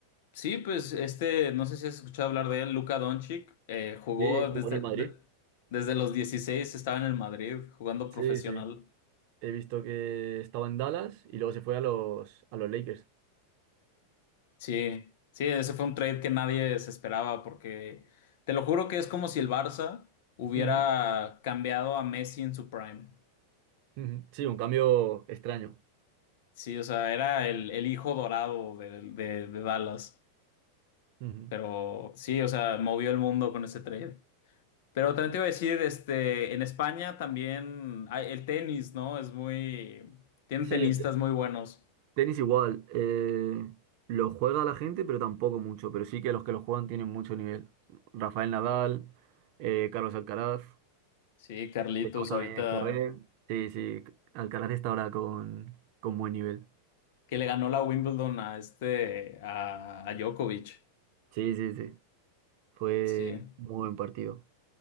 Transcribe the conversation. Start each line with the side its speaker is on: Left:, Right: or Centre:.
Left: sí, pues este, no sé si has escuchado hablar de él, Luka Doncic, eh, jugó
Right: Sí, jugó
Left: desde,
Right: en el
Left: de-
Right: Madrid.
Left: desde los 16 estaba en el Madrid jugando
Right: Sí,
Left: profesional.
Right: sí. He visto que estaba en Dallas y luego se fue a los, a los Lakers.
Left: Sí, sí, ese fue un trade que nadie se esperaba porque, te lo juro que es como si el Barça hubiera
Right: Ujú,
Left: cambiado a Messi en su prime.
Right: ujú. Sí, un cambio extraño.
Left: Sí, o sea, era el, el hijo dorado de, de- de Dallas.
Right: Ujú.
Left: Pero sí, o sea, movió el mundo con ese trade. Pero también te iba a decir, este, en España también hay- el tenis, ¿no? Es muy... Tienen
Right: Sí,
Left: tenistas
Right: el te-
Left: muy buenos.
Right: tenis igual. eh, lo juega la gente, pero tampoco mucho. Pero sí que los que lo juegan tienen mucho nivel. Rafael Nadal, eh, Carlos Alcaraz.
Left: Sí, Carlitos,
Right: Tenemos también
Left: ahorita
Right: Ferrer. Sí, sí. Alcaraz está ahora con, con buen nivel.
Left: que le ganó la Wimbledon a este, a, a Djokovic.
Right: Sí, sí, sí. Fue
Left: Sí.
Right: muy buen partido.